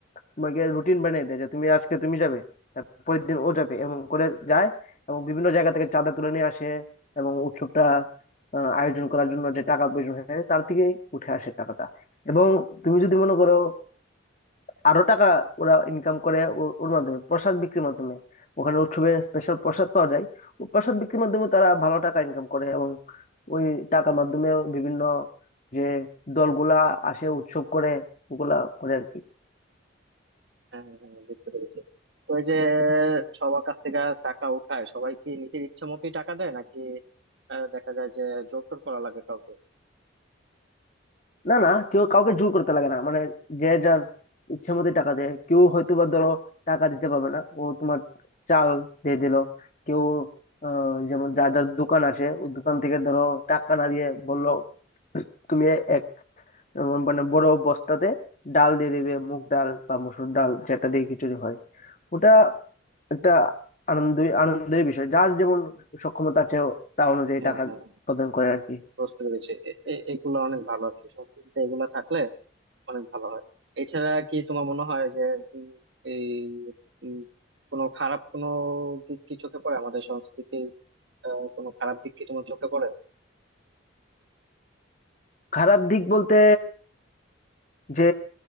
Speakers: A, on the left; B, on the right.
A: তোমাকে রুটিন বানিয়ে দেয় যে তুমি আজকে তুমি যাবে তার পরের দিন ও যাবে এবং করে যায় এবং বিভিন্ন জায়গা থেকে চাঁদা তুলে নিয়ে আসে এবং উৎসবটা আহ, আয়োজন করার জন্য যে টাকা প্রয়োজন হয় তার থেকেই উঠে আসে টাকাটা এবং তুমি যদি মনে করো আরো টাকা ওরা ইনকাম করে ও- ওর মাধ্যমে প্রসাদ বিক্রির মাধ্যমে ওখানে উৎসবে স্পেশাল প্রসাদ পাওয়া যায় ও প্রসাদ বিক্রির মাধ্যমে তারা ভালো টাকা ইনকাম করে এবং ওই টাকার মাধ্যমে বিভিন্ন যে দলগুলা আসে উৎসব করে ওগুলা করে আর কি
B: হ্যাঁ হ্যাঁ হ্যাঁ, বুঝতে পেরেছি তো ওই যে সবার কাছ থেকে টাকা উঠায় সবাই কি নিজের ইচ্ছে মতোই টাকা দেয় নাকি আহ, দেখা যায় যে জোর টোর করা লাগে কাউকে
A: না না কেউ কাউকে জোর করতে লাগে না মানে যে যার ইচ্ছে মতো টাকা দেয় কেউ হয়তো বা ধরো টাকা দিতে পারবে না ও তোমার চাল দিয়ে দিল কেউ আহ, যেমন যার যার দোকান আছে ওই দোকান থেকে ধরো টাকা না দিয়ে বললো তুমি এক উম, মানে বড় বস্তাতে ডাল দিয়ে দিবে মুগ ডাল বা মসুর ডাল যেটা দিয়ে খিচুড়ি হয় ওটা একটা আনন্দ আনন্দের বিষয় যার যেমন সক্ষমতা আছে ও তা অনুযায়ী
B: হ্যাঁ
A: টাকা
B: হ্যাঁ
A: প্রদান করে আর কি
B: বুঝতে পেরেছি এ- এ- এগুলো অনেক ভালো আর কি সংস্কৃতিতে এগুলা থাকলে অনেক ভালো হয় এছাড়া কি তোমার মনে হয় যে উম, এই উম, কোনো খারাপ কোনো দিক কি চোখে পড়ে আমাদের সংস্কৃতির আহ, কোনো খারাপ দিক কি তোমার চোখে পড়ে
A: খারাপ দিক বলতে যে